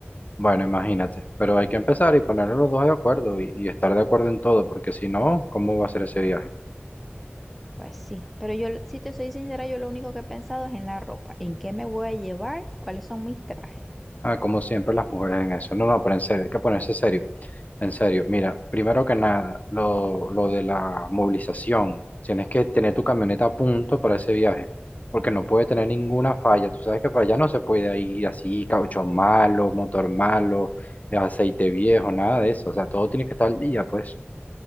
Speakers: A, on the left (about 40°); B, in the centre.
A: Bueno, imagínate, pero hay que empezar y ponernos los dos de acuerdo y, y estar de acuerdo en todo, porque si no, ¿cómo va a ser ese viaje?
B: Pues sí, pero yo, si te soy sincera, yo lo único que he pensado es en la ropa, en qué me voy a llevar, cuáles son mis trajes.
A: Ah, como siempre las mujeres en eso. No, no, pero en serio, hay que ponerse serio. En serio, mira, primero que nada, lo, lo de la movilización. Tienes que tener tu camioneta a punto para ese viaje, porque no puede tener ninguna falla. Tú sabes que para allá no se puede ir así, caucho malo, motor malo, eh, aceite viejo, nada de eso. O sea, todo tiene que estar al día, pues.